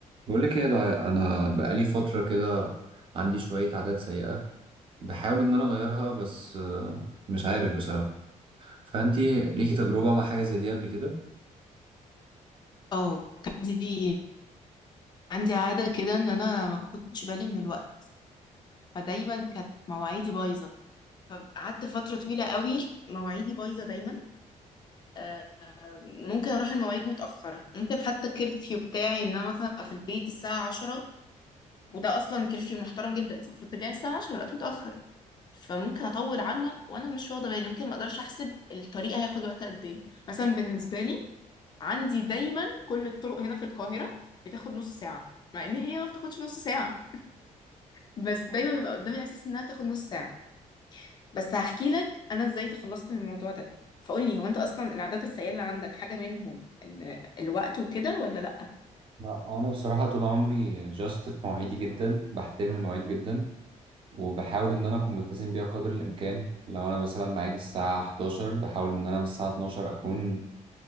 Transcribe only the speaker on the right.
بقول لك ايه ده انا بقالي فتره كده عندي شويه عادات سيئه بحاول ان انا اغيرها بس آه، مش عارف بصراحه فانتي ليكي تجربه مع حاجه زي دي قبل كده
لا انا بصراحه طول عمري جاست في مواعيدي جدا بحترم المواعيد جدا وبحاول ان انا اكون ملتزم بيها قدر الامكان لو انا مثلا ميعادي الساعه 11 بحاول ان انا من الساعه 12 اكون